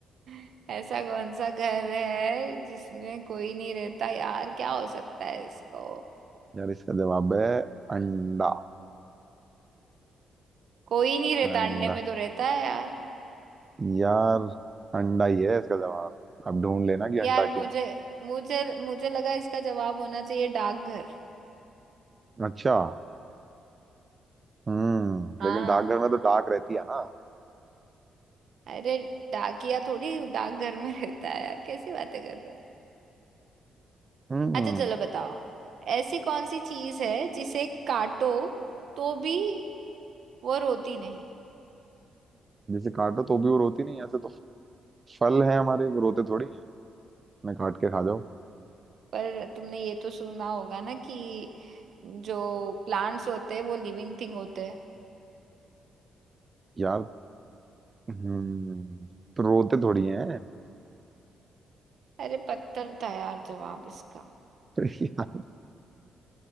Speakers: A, on the right; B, on the right.
A: <laughs> ऐसा कौन सा घर है जिसमें कोई नहीं रहता यार क्या हो सकता है इसको
B: यार इसका जवाब है अंडा
A: कोई नहीं रहता
B: अंडा
A: अंडे में तो रहता है यार
B: यार अंडा ही है इसका जवाब अब ढूंढ लेना कि
A: यार
B: अंडा
A: मुझे
B: क्यों
A: मुझे मुझे लगा इसका जवाब होना चाहिए डाकघर
B: है अच्छा हम्म
A: हाँ
B: लेकिन डाकघर में तो डाक रहती है ना
A: अरे डाकिया थोड़ी डाकघर में <laughs> रहता है यार कैसी बातें कर रहे हो
B: हम्म
A: अच्छा चलो बताओ ऐसी कौन सी चीज है जिसे काटो तो भी वो रोती नहीं
B: जिसे काटो तो भी वो रोती नहीं ऐसे तो फल है हमारे वो रोते थोड़ी हैं मैं काट के खा जाओ
A: पर तुमने ये तो सुना होगा ना कि जो प्लांट्स होते हैं वो लिविंग थिंग होते हैं
B: यार हम्म तो रोते थोड़ी हैं
A: अरे पत्थर था यार जवाब इसका
B: <laughs> यार